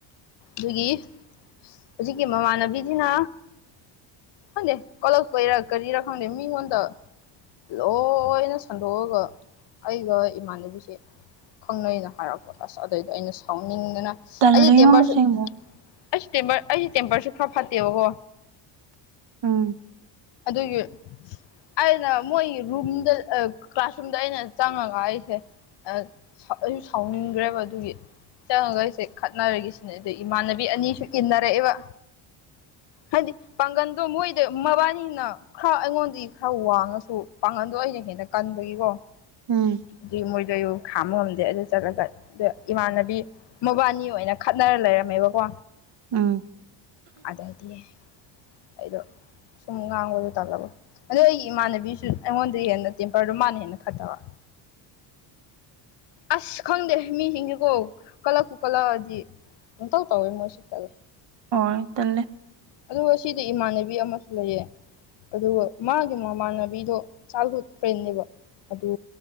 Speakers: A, on the left; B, on the right.
A: ꯗꯨꯒꯤ ꯍꯧꯖꯤꯛꯀꯤ ꯃꯃꯥꯟꯅꯕꯤꯁꯤꯅ ꯈꯪꯗꯦ ꯀꯂꯛꯄꯩꯔꯥ ꯀꯔꯤꯔꯥ ꯈꯪꯗꯦ ꯃꯤꯉꯣꯟꯗ ꯂꯣꯏꯅ ꯁꯟꯗꯣꯛꯑꯒ ꯑꯩꯒ ꯏꯃꯥꯟꯅꯕꯤꯁꯦ ꯈꯪꯅꯩꯅ ꯍꯥꯏꯔꯛꯄ ꯑꯁ ꯑꯗꯩꯗ ꯑꯩꯅ ꯁꯥꯎꯅꯤꯡꯗꯅ
B: ꯇꯜꯂꯦꯉꯣ
A: ꯑꯩꯗꯤ ꯇꯦꯝꯕꯔꯁꯨ
B: ꯑꯁꯦꯡꯕ
A: ꯑꯩꯁꯨ ꯇꯦꯝꯄꯔ ꯑꯩꯁꯨ ꯇꯦꯝꯄꯔꯁꯨ ꯈꯔ ꯐꯠꯇꯦꯕꯀꯣ꯫
B: ꯎꯝ꯫
A: ꯑꯗꯨꯒꯤ ꯑꯩꯅ ꯃꯣꯏ ꯔꯨꯝꯗ ꯑ ꯀ꯭ꯂꯥꯁꯔꯨꯝꯗ ꯑꯩꯅ ꯆꯪꯉꯒ ꯑꯩꯁꯦ ꯑꯩꯁꯨ ꯁꯥꯎꯅꯤꯡꯈ꯭ꯔꯦꯕ ꯑꯗꯨꯒꯤ ꯆꯪꯉꯒ ꯑꯩꯁꯦ ꯆꯣꯠꯅꯔꯦꯁꯤꯅꯦ ꯑꯗꯨ ꯏꯃꯥꯟꯅꯕꯤ ꯑꯅꯤꯁꯨ ꯏꯟꯅꯔꯛꯑꯦꯕ ꯍꯥꯏꯗꯤ ꯄꯥꯡꯒꯟꯗꯣ ꯃꯣꯏꯗ ꯃꯕꯥꯅꯤ ꯑꯩꯅ ꯈꯔ ꯑꯩꯉꯣꯟꯗꯤ ꯈꯔ ꯋꯥꯡꯉꯁꯨ ꯄꯥꯡꯒꯟꯗꯣ ꯑꯩꯅ ꯍꯦꯟꯅ ꯀꯟꯕꯒꯤꯀꯣ
B: ꯎꯝ
A: ꯑꯗꯨ ꯃꯣꯏꯗꯣ ꯈꯥꯝꯕ ꯉꯝꯗꯦ ꯑꯗꯨ ꯆꯠꯂꯒ ꯑꯗ ꯏꯃꯥꯟꯅꯕꯤ ꯃꯕꯥꯅꯤ ꯑꯣꯏꯅ ꯈꯠꯅꯔ ꯂꯩꯔꯝꯃꯦꯕꯀꯣ
B: ꯎꯝ
A: ꯑꯗꯩꯩꯗꯤ ꯑꯩꯗꯣ ꯁꯨꯝ ꯉꯥꯡꯕꯗꯣ ꯇꯜꯂꯕ ꯑꯗꯣ ꯑꯩꯒꯤ ꯏꯃꯥꯟꯅꯕꯤꯁꯨ ꯑꯩꯉꯣꯟꯗꯩꯩ ꯍꯦꯟꯅ ꯇꯦꯝꯄꯔꯗꯨ ꯃꯥꯟꯅ ꯍꯦꯟꯅ ꯐꯠꯇꯕ꯫ ꯑꯁ ꯈꯪꯗꯦ ꯃꯤꯁꯤꯡꯁꯦꯀꯣ ꯀꯂꯛꯄꯨ ꯀꯠꯂꯛꯑꯗꯤ ꯄꯪꯇꯧ ꯇꯧꯋꯦ ꯃꯣꯏꯁꯦ ꯇꯜꯂꯦ꯫
B: ꯍꯣꯏ ꯇꯜꯂꯤ꯫
A: ꯑꯗꯨ ꯉꯁꯤꯗꯤ ꯏꯃꯥꯟꯅꯕꯤ ꯑꯃꯁꯨ ꯂꯩꯌꯦ꯫ ꯑꯗꯨꯒ ꯃꯥꯒꯤ ꯃꯃꯥꯟꯅꯕꯤꯗꯣ ꯆꯥꯏꯜꯍꯨꯗ ꯐ꯭ꯔꯦꯟ ꯅꯦꯕ꯫ ꯑꯗꯨ